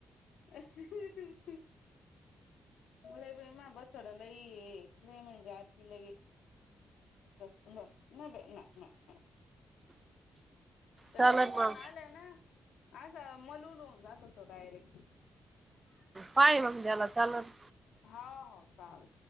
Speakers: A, on the left; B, on the right.
A: <unintelligible> मलय बाई माहं बछड लई ये लय म्हणजे अति लयं बस बस नाय नाय बाई नाय! त्याला
B: चालन
A: लगे दुखन
B: मग
A: आलंय ना असं मलुल होऊन जातो तो डायरेक्ट.
B: पाय मग द्याला चालत
A: हो हो चाल